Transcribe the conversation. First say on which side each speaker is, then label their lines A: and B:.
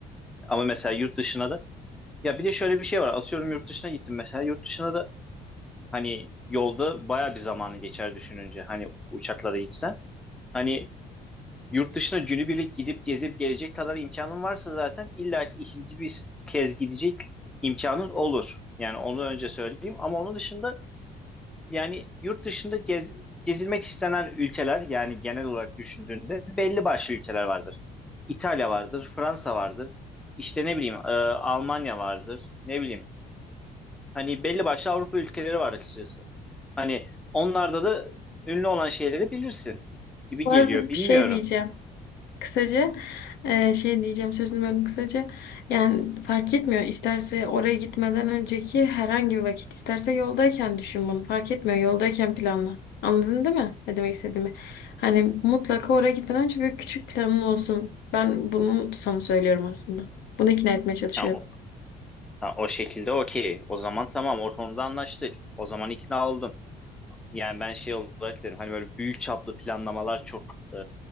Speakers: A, in the centre; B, on the left (about 75°).
A: Ama mesela yurt dışına da ya bir de şöyle bir şey var. Asıyorum yurt dışına gittim mesela. Yurt dışına da hani yolda baya bir zamanı geçer düşününce. Hani uçaklara gitsen. Hani yurt dışına günübirlik gidip gezip gelecek kadar imkanın varsa zaten illaki ikinci bir kez gidecek imkanın olur. Yani onu önce söyleyeyim. Ama onun dışında Yani yurt dışında gez- gezilmek istenen ülkeler yani genel olarak düşündüğünde belli başlı ülkeler vardır. İtalya vardır, Fransa vardır, işte ne bileyim e, Almanya vardır, ne bileyim. Hani belli başlı Avrupa ülkeleri var açıkçası. Hani onlarda da ünlü olan şeyleri bilirsin gibi
B: Bu
A: geliyor.
B: arada
A: Bilmiyorum.
B: bir şey diyeceğim. Kısaca e, şey diyeceğim sözünü böldüm kısaca. Yani fark etmiyor. İsterse oraya gitmeden önceki herhangi bir vakit, isterse yoldayken düşün bunu. Fark etmiyor. Yoldayken planla. Anladın değil mi? Ne demek istediğimi? Hani mutlaka oraya gitmeden önce bir küçük planın olsun. Ben bunu sana söylüyorum aslında. Bunu ikna etmeye çalışıyorum.
A: Ha, o, ha, o şekilde okey. O zaman tamam o konuda anlaştık. O zaman ikna oldum. yani ben şey olarak derim hani böyle büyük çaplı planlamalar çok e,